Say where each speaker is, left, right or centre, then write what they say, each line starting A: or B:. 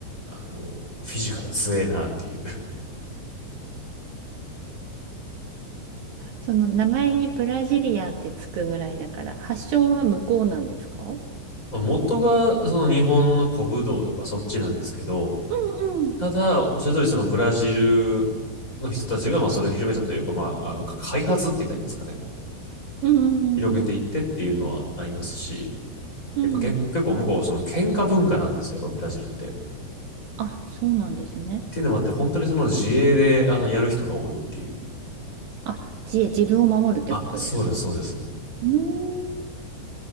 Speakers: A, on the left; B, on the right.
A: あの、フィジカル強えなっていう。<laughs>
B: その名前にブラジリアンってつくぐらいだから、発祥は向こうなんですかうん
A: まあ元がその日本の古武道とかそっちなんですけど、
B: うん
A: ただ、おっしゃる通りそのブラジルの人たちがまあそれを広めたというか、まあ、あの、か開発って言ったらいいんですかね。
B: うんうんうんうん
A: 広げていってっていうのはありますし、
B: うんうん
A: やっぱ結結構向こう、その喧嘩文化なんですよ、やっぱブラジルって。っ
B: あ、そうなんですね。
A: ていうのもあって、本当にその自衛で、あの、やる人が多いっていう。
B: あ、自衛、自分を守るってことですか
A: あ、そうです、そうです。
B: うーん